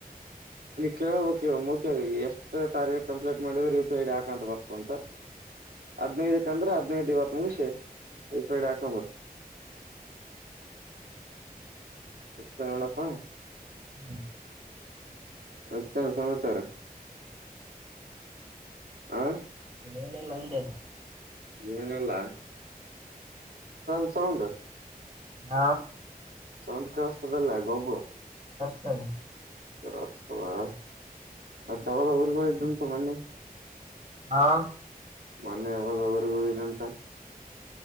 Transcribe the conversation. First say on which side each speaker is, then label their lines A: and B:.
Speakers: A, on the right; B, on the right.
A: ಕ ಮುಯ ಎಷ್ಟು ಟಾರ್ ಕಂಟ್ ಮಾಡ ಯಿಐಡಿ ಬ ಹದಿನೈಂದ್ರ ಹದಿನೈದು ಇ ಮು ಯಐ ಡಿ ಹಾಕ ಬ ಎಷ್ಟ ನೋಡಪ್ಪ
B: ಹ್ಮ್ <inaudible>
A: ಅಚ್ಚಾ ಸಮಾಚಾರ ಆ
B: ಇನಲ್ಲ ಎಂದ
A: ಏನಿಲ್ಲ <inaudible> ಸೌಂಡ
B: ಹ
A: ಸೌಂಡ್ ಕೇಳಿಸತದಲ್ಲ ಗಾಬು
B: <unintelligible>
A: <inaudible> ಮತ್ತೆ ಅವಳ ಊರ್ಗ ಹೋಗಿದಂತೆ ಮೊನ್ನ
B: ಹಾ
A: ಮೊನ್ನೆ ಯಾವಾಗ ಊರಿಗೆ ಹೋಗಿದಂತೆ <unintelligible>